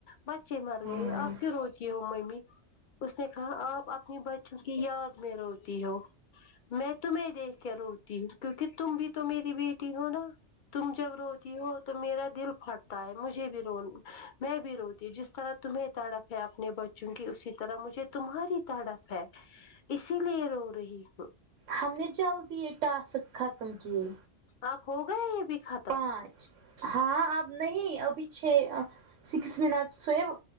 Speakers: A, on the left; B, on the right.
A: بچے مر
B: ہوں
A: گئے آپ کیوں روتی ہو ممی اس نے کہا آپ اپنے بچوں کی یاد میں روتی ہو میں تمہیں دیکھ کے روتی ہوں کیونکہ تم بھی تو میری بیٹی ہو نا تم جب روتی ہو تو میرا دل پھٹتا ہے مجھے بھی رو میں بھی روتی ہوں جس طرح تمہیں تڑپ ہے اپنے بچوں کی اسی طرح مجھے تمہاری تڑپ ہے اسی لیے رو رہی ہوں
B: ہم نے جلدی یہ ٹاسک ختم کیے
A: آپ ہو گیا یہ بھی ختم
B: آج ہاں اب نہیں ابھی چھ سیکس منٹس سوہے وہ